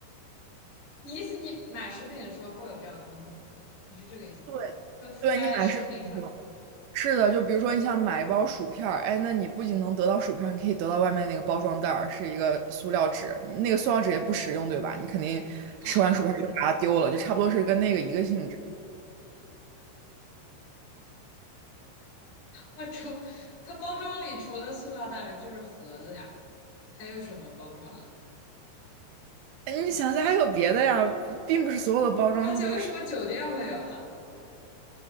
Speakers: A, on the left; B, on the right.
A: 你意思你买食品的时候会有这样的东西吗？你是这个意思吗？
B: 对，
A: 它附加在食品上，
B: 对你买是是的，就比如说你想买一包薯片儿，哎，那你不仅能得到薯片儿，你可以得到外面那个包装袋儿，是一个塑料纸，那个塑料纸也不实用，对吧？你肯定吃完薯片儿就把它丢了，
A: 嗯。
B: 就差不多是跟那个一个性质。
A: 我除它包装里除了塑料袋就是盒子呀，还有什么包装啊？
B: 哎你想想还有别的呀，并不是所有的包装它都是。
A: 而且为什么酒店会有啊？